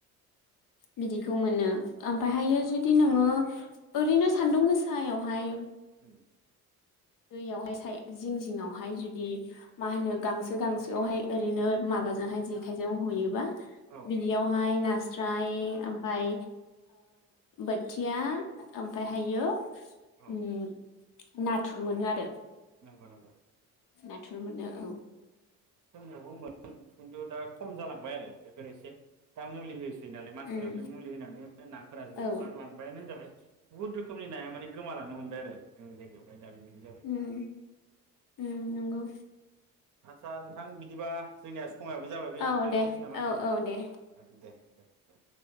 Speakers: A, on the left; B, on the right.
A: बिदिखौ मोनो ओमफ्राय हायो जुदि नोङो ओरैनो सानदुं गोसा सायावहाय
B: उम
A: दैयावहाय जिं जिङावहाय जुदि मा होनो गांसो गांसोआवहाय ओरैनो माबाजोंहाय जेखाइजों हयोबा
B: औ
A: बिनियावहाय ना फ्राइ ओमफ्राय बोथिया ओमफ्राय हायो
B: औ
A: उम ना थुर मोनो आरो
B: नंगौ नंगौ।
A: <unintelligible> नाथुर मोनो आरो
B: जोंनावबो मोनो खिन्थु दा खम जालांबाय आरो बेफोर एसे दा मुलि हो नालाय मानसिफोरा
A: उम
B: बे मुलि होनानै नाफोरा जोबस्रांलांबायानो
A: औ
B: होनजाबाय बुहुत रोखोमनि नाया माने गोमालांनो हमबाय आरो जोंनि जायगायावहाय दा बेबायदि जाबाय
A: ओम नंगौ।
B: आतसा नोंथां बिदिबा जोंनिया समायाबो जाबाय बे
A: औ दे
B: दोनथसै नामा
A: औ
B: दिनै?
A: औ दे
B: दे दे